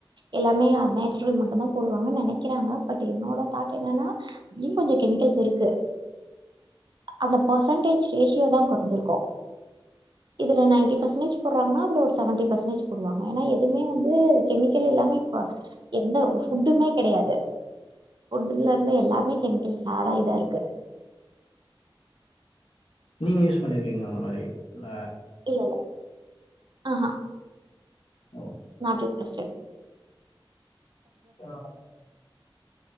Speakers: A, on the right (about 55°); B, on the left (about 90°).
A: எல்லாமே அ நேச்சுரல் மட்டும்தான் போடுவாங்குன்னு நினைக்கிறாங்க பட் என்னோட தாட் என்னன்னா லியும் கொஞ்சம் கெமிக்கல்ஸ் இருக்கு அந்த பெர்சன்டேஜ் ரேஷியோ தான் குறைஞ்சிருக்கும் இதுல நைன்டி பெர்சென்டேஜ் போடுறாங்கன்னா அதுல ஒரு செவன்டி பெர்செண்டேஜ் வாங்க ஏன்னா எதுவுமே வந்து கெமிக்கல் இல்லாம இப்ப எந்த புட்டுமே கிடையாது புட்ல இருந்து எல்லாமே கெமிக்கல்ஸ் ஆட் ஆய் தான் இருக்கு
B: நீங்க யூஸ் பண்ணியிருக்கீங்களா அந்த மாறி இல்ல
A: இல்ல இல்ல ஆஹ
B: ஓ
A: நாட் இன்டர்ஸ்டட்
B: ஆ